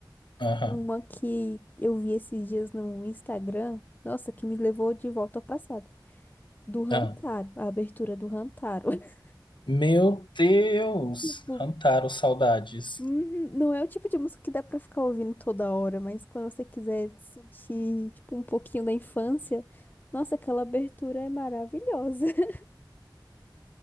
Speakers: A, on the left; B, on the left.
A: Aham.
B: Uma que eu vi esses dias no Instagram. Nossa, que me levou de volta ao passado. Do Rantaro,
A: aham.
B: a abertura do Rantaro. <laughs>
A: Meu Deus!
B: Tipo,
A: Hantaro, saudades.
B: uhum, não é o tipo de música que dá pra ficar ouvindo toda hora, mas quando você quiser sentir, tipo, um pouquinho da infância, nossa, aquela abertura é maravilhosa. <laughs>